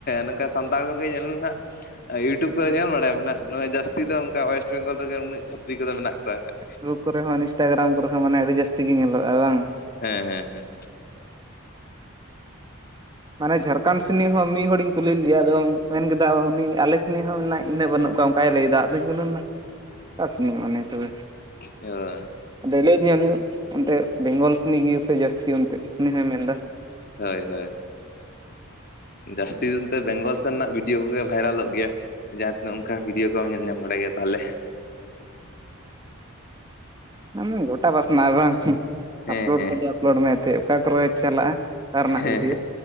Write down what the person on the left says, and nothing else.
ᱱᱚᱝᱠᱟ ᱥᱟᱱᱛᱟᱲ ᱠᱚᱜᱮ ᱧᱮᱞ ᱱᱟᱜ ᱤᱭᱩᱴᱩᱵᱽ ᱠᱚᱨᱮ ᱧᱮᱞ ᱵᱟᱲᱟᱭᱟᱢ ᱦᱟᱜ ᱱᱚᱣᱟ ᱡᱟᱹᱥᱛᱤ ᱫᱚ ᱚᱱᱠᱟ ᱚᱭᱮᱥᱴ ᱵᱮᱝᱜᱚᱞ ᱨᱮᱜᱮ ᱩᱱᱟᱹᱜ ᱪᱷᱟᱯᱨᱤ ᱠᱚᱫᱚ ᱢᱮᱱᱟᱜ ᱠᱚᱣᱟ ᱦᱟᱜ᱾
ᱦᱮᱸ ᱦᱮᱸ ᱦᱮᱸ
ᱚ <unintelligible>
ᱦᱳᱭ ᱦᱳᱭ ᱡᱟᱹᱥᱛᱤ ᱫᱚ ᱮᱱᱛᱮ ᱵᱮᱝᱜᱚᱞ ᱥᱮᱱᱟᱜ ᱵᱷᱤᱰᱭᱳ ᱠᱚᱜᱮ ᱵᱷᱟᱭᱨᱟᱞᱚᱜ ᱜᱮᱭᱟ᱾ ᱡᱟᱦᱟᱸ ᱛᱤᱱᱟᱹᱜ ᱚᱱᱠᱟ ᱵᱷᱤᱰᱭᱳ ᱠᱚᱢ ᱧᱮᱞ ᱧᱟᱢ ᱵᱟᱲᱟᱭ ᱜᱮᱭᱟ ᱛᱟᱦᱚᱞᱮ᱾
ᱦᱮᱸ
ᱦᱮᱸ
ᱦᱮᱸ
ᱦᱮᱸ